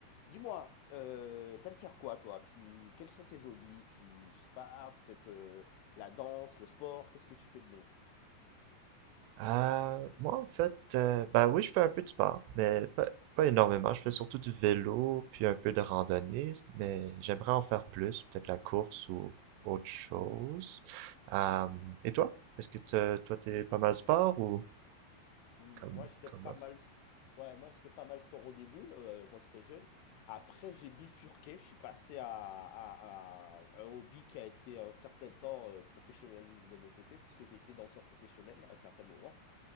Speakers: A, on the left; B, on the right.
A: Dis-moi, heu, tu faire quoi toi? Tu quels sont tes hobbies? Tu je sais pas, peut-être, heu, la danse, le sport? Qu'est-ce que tu fais de bon?
B: Euh, moi, en fait, euh, ben oui, je fais un peu de sport, mais pas, pas énormément. Je fais surtout du vélo, puis un peu de randonnée, mais j'aimerais en faire plus, peut-être la course ou autre chose. Euh, et toi? Est-ce que t'as- toi, t'es pas mal sport ou
A: Hmm,
B: comme,
A: Moi, j'étais
B: comment
A: pas
B: ça?
A: mal s ouais, moi, j'étais pas mal sport au début, heu, quand j'étais jeune. Après, j'ai bifurqué, je suis passé à à à un hobby qui a été un certain temps, heu, professionnel de mon côté puisque j'ai été danseur professionnel à un certain moment